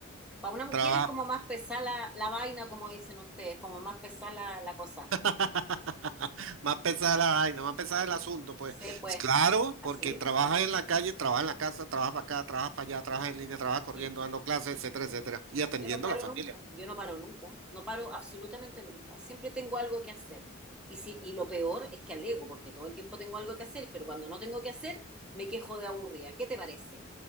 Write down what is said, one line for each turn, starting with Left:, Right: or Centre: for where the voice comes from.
Centre: Para una mujer
Right: Trabaja.
Centre: es como más pesada la, la vaina, como dicen ustedes, como más pesada la, la cosa.
Right: <laughs> Más pesada la vaina, más pesada el asunto, pues.
Centre: Sí, pues,
Right: Claro,
Centre: así.
Right: porque trabajas en la calle, trabajas en la casa, trabajas para acá, trabajas para allá, trabajas en línea, trabajas
Centre: Es
Right: corriendo,
Centre: que
Right: dando clases, etcétera, etcétera. Y atendiendo
Centre: yo no paro
Right: a la familia.
Centre: nunca, yo no paro nunca, no paro absolutamente nunca. Siempre tengo algo que hacer. Y, si, y lo peor es que alego, porque todo el tiempo tengo algo que hacer, pero cuando no tengo que hacer, me quejo de aburrida. ¿Qué te parece?